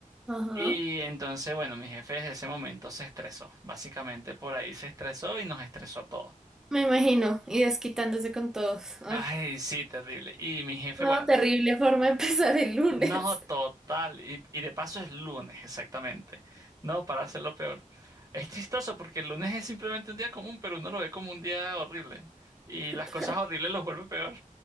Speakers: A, in the centre; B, on the right.
A: Ajá.
B: y entonces, bueno, mi jefe desde ese momento se estresó. Básicamente por ahí se estresó y nos estresó a todos.
A: Me imagino, y desquitándose con todos. Ah,
B: Ay, sí, terrible. Y mi jefe,
A: no,
B: bueno.
A: terrible forma de <laughs> empezar el lunes.
B: No, total. Y, y de paso es lunes, exactamente. No, para hacerlo peor. Es chistoso porque el lunes es simplemente un día común, pero uno lo ve como un día horrible. Y
A: <laughs>
B: las
A: Total.
B: cosas horribles los vuelve peor.